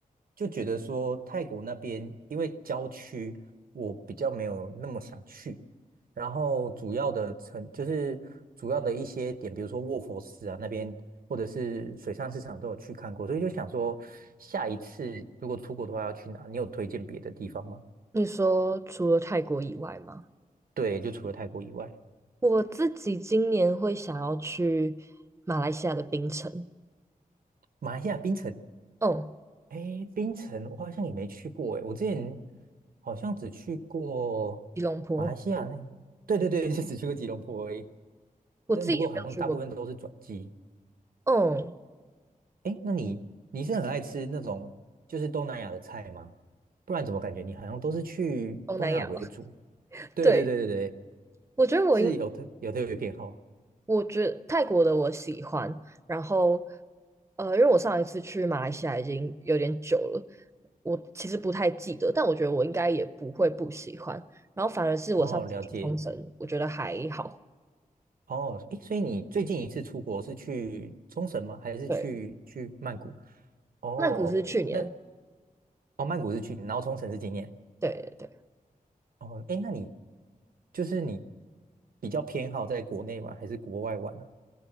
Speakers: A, on the right; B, on the right.
A: 就觉得说泰国那边因为郊区，我比较没有那么想去。然后主要的城就是主要的一些点，比如说卧佛寺啊那边，或者是水上市场都有去看过，所以就想说，下一次如果出国的话要去哪？你有推荐别的地方吗？
B: 你说除了泰国以外吗？
A: 对，就除了泰国以外，
B: 我自己今年会想要去马来西亚的槟城。
A: 马来西亚槟城。
B: 哦，
A: 哎，槟城我好像也没去过哎，我之前好像只去过马来西亚那，
B: 吉隆坡，
A: 对对对，<laughs> 就只去过吉隆坡而已。
B: 我自己也没有去过别
A: 但不过好像大部分都是转机。
B: 嗯，
A: 哎，那你你是很爱吃那种就是东南亚的菜吗？不然怎么感觉你好像都是去东南亚为主？
B: 东南亚吧。<laughs>
A: 对对对对对，
B: 对，我觉得我应，
A: 是有特有特别偏好。
B: 我觉得泰国的我喜欢，然后呃，因为我上一次去马来西亚已经有点久了，我其实不太记得，但我觉得我应该也不会不喜欢。然后反而是我上次去冲绳，
A: 哦，了解。
B: 我觉得还好。
A: 哦，诶，所以你最近一次出国是去冲绳吗？还是去去曼谷？
B: 对，
A: 哦，
B: 曼谷是去年，
A: 那哦，曼谷是去，然后冲绳是今年。
B: 对对对。
A: 哦，诶，那你就是你比较偏好在国内玩还是国外玩呢、